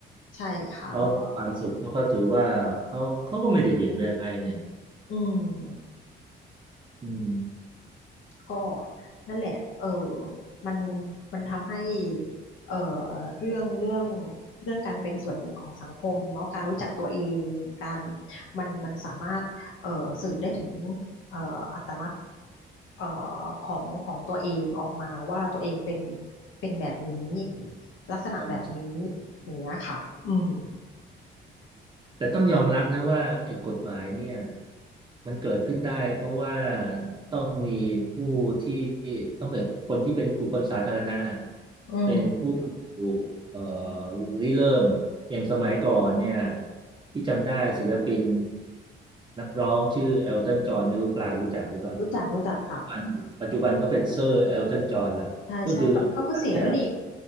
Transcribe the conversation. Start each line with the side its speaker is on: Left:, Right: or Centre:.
Left: ใช่ค่ะแล้วก็
Right: เขาความสุขแล้วเขาถือว่าเขาเขาก็ไม่ได้เบียดเบียนใครเนี่ย
Left: อืม
Right: อืม
Left: ก็นั่นแหละเออมันมันทำให้เออเรื่องเรื่องเรื่องการเป็นส่วนหนึ่งของสังคมเนาะการรู้จักตัวเองการมันมันสามารถเออสื่อได้ถึงเอออัตลักษณ์เอ่อของของตัวเองออกมาว่าตัวเองเป็นเป็นแบบนี้ลักษณะแบบนี้
Right: ใช่
Left: อย่างเงี้ยค่ะอืม
Right: แต่ต้องยอมรับนะว่าไอ้กฎหมายเนี่ยมันเกิดขึ้นได้เพราะว่าต้องมีผู้ที่ต้องเป็นคนที่เป็นบุคคลสาธารณะ
Left: อืม
Right: เป็นผู้เอ่อริเริ่มอย่างสมัยก่อนเนี่ยที่จำได้ศิลปินนักร้องชื่อเอลตันจอห์นไม่รู้ปลารู้จักหรือเปล่า
Left: รู้จักรู้จักค่ะ
Right: ปัจจุบันปัจจุบันเขาเป็นเซอร์เอลตันจอห์นแล้วก็คือ
Left: ใช่ใช่เขาเขาเขาเสียแล้วนี่
Right: เนี่ย